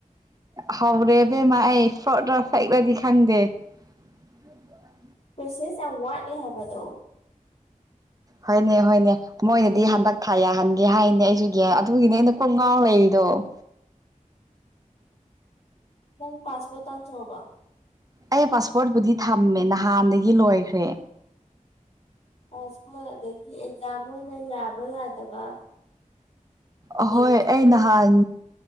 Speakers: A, on the right (about 25°); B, on the left (about 50°).
A: ꯍꯧꯔꯦꯕꯦꯝꯃ ꯑꯩ ꯐꯣꯔꯗ꯭ꯗꯔꯣ ꯐ꯭ꯔꯤꯛ ꯂꯥꯗꯤ ꯈꯪꯗꯦ ꯍ
B: ꯄꯦꯁꯦꯁ ꯌꯥꯝ ꯋꯥꯠꯂꯤ ꯍꯥꯏꯕꯗꯣ
A: ꯍꯣꯏꯅꯦ ꯍꯣꯏꯅꯦ ꯃꯣꯏꯅꯗꯤ ꯍꯟꯗꯛ ꯊꯥ ꯌꯥꯍꯟꯒꯦ ꯍꯥꯏꯅꯦ ꯑꯩꯁꯨ ꯒꯤꯌꯥꯟ ꯑꯗꯨꯒꯤꯅꯦ ꯑꯩꯅ ꯀꯣꯡ ꯉꯥꯎꯔ ꯂꯩꯔꯤꯗꯣ ꯎ
B: ꯅꯪ ꯄꯥꯁꯄꯣꯠ ꯇꯥꯟꯊꯣꯛ ꯑꯕꯣ
A: ꯑꯩ ꯄꯥꯁꯄꯣꯔꯠꯄꯨꯗꯤ ꯊꯝꯃꯦ ꯅꯍꯥꯟꯗꯒꯤ ꯂꯣꯏꯈ꯭ꯔꯦ
B: ꯑꯁ ꯃꯣꯏ ꯑꯗꯒꯤ ꯑꯦꯛꯖꯥꯝ ꯃꯣꯏꯅꯥ ꯌꯥꯕ ꯌꯥꯗꯕ
A: ꯑꯍꯣꯏ
B: ꯂꯩꯗꯨꯗꯤ
A: ꯑꯩ ꯅꯍꯥꯟ